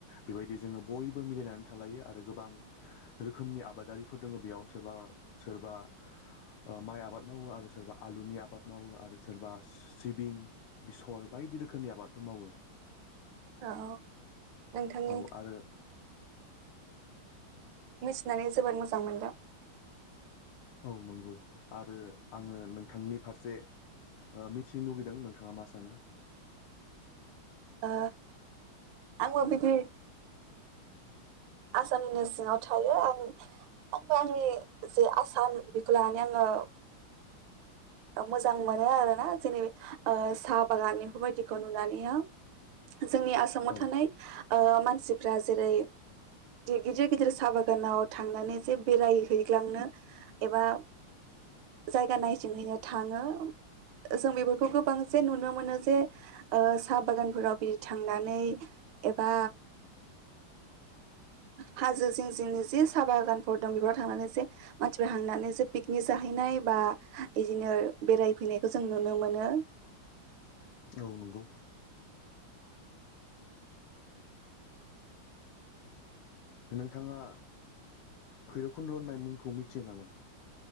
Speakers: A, on the left (about 85°); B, on the right (about 75°).
A: बेबायदि जोङो बयबो मिलायनानै थालायो आरो गोबां रोखोमनि आबादारिफोर दोङो बेयाव सोरबा सोरबा ओ माइ आबाद मावो आरो सोरबा आलुनि आबाद मावो आरो सोरबा सिबिं बेसर बायदि रोखोमनि आबादफोर मावो
B: ओ औ नोंथांनि
A: औ आरो
B: मिथिनानै जोबोद मोजां मोनदों
A: औ नंगौ आरो आङो नोंथांनि फारसे मिथिनो लुगैदों नोंथाङा मा सानो
B: ओ आंबो बिदि आसामनिनो सिङाव थायो आं आमफाय आंनि जे आसाम बेखौ लानानै आङो मोजां मोनो आरोना जेनै साहा बागान बेफोरबायदिखौ नुनानैआ जोंनि आसामाव
A: औ
B: थानाय ओ मानसिफ्रा जेरै गिदिर गिदिर साहा बागानाव थांनानै जे बेरायहैग्लांनो एबा जायगा नाय थाङो जों बेफोरखौ गोबां जे नुनो मोनो जे साहा बागानफोराव बिदि थांनानै एबा हाजो जिं- जिंनि जि साहा बागानफोर दं बेफोराव थांनानै जे मानसिफोर हांनानै जे पिकनिक जाहैनाय बा बिदिनो बेरायफैनायखौ जों नुनो मोनो।
A: औ नंगौ। नोंथाङा भैरबखुन्द' होननाय मुंखौ मिथियो नामा?